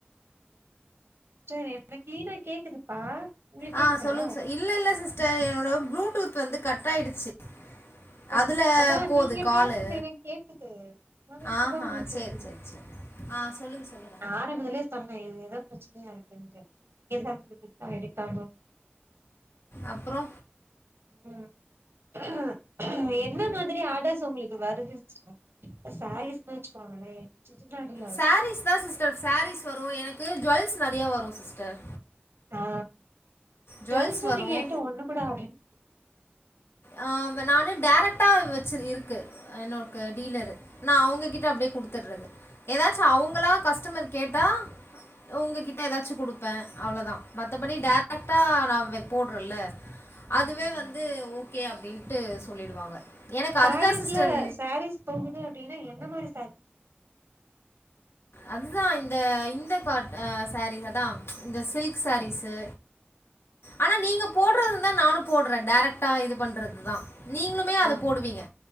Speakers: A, on the right (about 80°); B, on the left (about 85°).
A: சிஸ்டர் எனக் கிளீனா கேக்குதுப்பா உங்களுக்கு
B: ஆ
A: கேக்குதா
B: சொல்லுங் சா இல்ல இல்ல சிஸ்டர் என்னோட ப்ளூடூத் வந்து கட் ஆயிடுச்சு
A: ஆ
B: அதுல
A: அதா
B: போது
A: நீங்க
B: காலு
A: பேசுறது எனக்கு கேக்குது நா பேசுறதா
B: ஆஹ
A: உங்களுக்கு
B: சேர்
A: கேக்கல
B: சேர் சேரி ஆ சொல்லுங்க சொல்லுங்க
A: ஆரம்பத்லே சொன்னே இது ஏதோ பிரச்சனையா இருக்குன்டு <inaudible> எடுக்காம <inaudible>
B: அப்றோ
A: ம் என்ன மாதிரி ஆடர்ஸ் உங்களுக்கு வருது சிஸ்டர் இப்ப சாலிஸ்னு வச்சுகோங்ளே செட்டிநாடி
B: சாரீஸ் தா சிஸ்டர் சாரீஸ் வரு எனக்கு ஜுவல்ஸ் நெறைய வரு சிஸ்டர்
A: ஆ
B: ஜுவல்ஸ்
A: ஜுவல்ஸ்சு
B: வரும்
A: நீங்க என்ட ஒண்ணு கூட ஆடர்
B: ஆ நானு டேரக்டா வச்சு இருக்கு என்னோக்கு டீலரு நா அவுங்ககிட்ட அப்டியே குடுதுறது ஏதாச்சு அவுங்களா கஸ்டமர் கேட்டா உங்ககிட்ட ஏதாச்சு குடுப்பே அவ்வளதா மத்தபடி டேரக்டா நா வா போட்றேல அதுவே
A: ம்
B: வந்து ஓகே அப்டின்ட்டு சொல்லிடுவாங்க எனக்கு
A: சாரீஸ்ல
B: அதுதா சிஸ்டர்
A: சாரீஸ் போகுது அப்டினா என்ன மாரி சாரி
B: அதுதா இந்த இந்த பாட் ஆ சாரீஸ் அதா இந்த சில்க் சாரீஸ்சு ஆனா நீங்க போடறந்தா நானு போடுறே டரைக்டா இது பண்றது தா நீங்களுமே அத
A: ஆ
B: போடுவீங்க